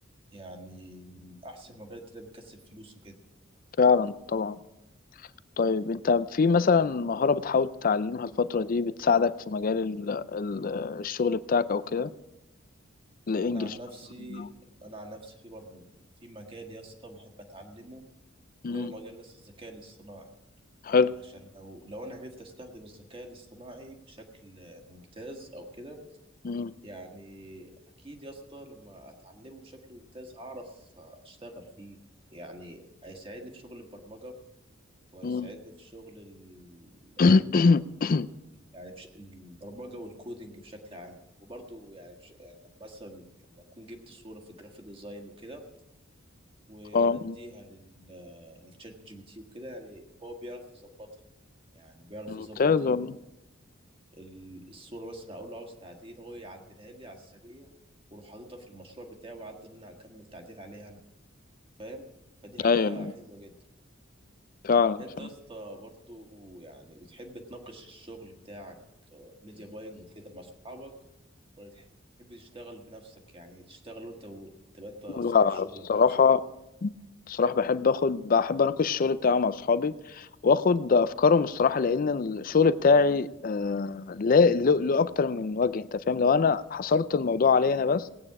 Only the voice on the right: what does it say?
يعني من احسن المجالات اللي بتكسب فلوس وكده
انا عن نفسي
انا عن نفسي في برضه في مجال يا اسطى بحب اتعلمه
اللي هو مجال لسه الذكاء الاصطناعي
عشان لو لو انا عرفت استخدم الذكاء الاصطناعي بشكل ممتاز او كده
يعني اكيد يا اسطى لما اتعلمه بشكل ممتاز هعرف اشتغل فيه يعني هيساعدني في شغل البرمجة وهيساعدني
في شغل ال...
يعني بش... البرمجة والكودينج بشكل عام وبرضو يعني, بش... يعني لما مثلا لما أكون جبت صورة في الجرافيك ديزاين وكده وأديها
لل... للشات جي بي تي وكده يعني هو بيعرف يظبطها يعني بيعرف
يظبط ال...
ال... الصورة مثلا أقول له عاوز تعديل هو يعدلها لي على السريع وأروح حاططها في المشروع بتاعي وأعدل أنا أكمل تعديل عليها أنا فاهم فدي حاجة
حلوة جدا
انت
يا اسطى برضو يعني بتحب تناقش الشغل بتاعك آه، الميديا باينج وكده مع صحابك ولا تحب تشتغل بنفسك يعني تشتغل وانت و... تبقى انت صاحب
شغلك
بنفسك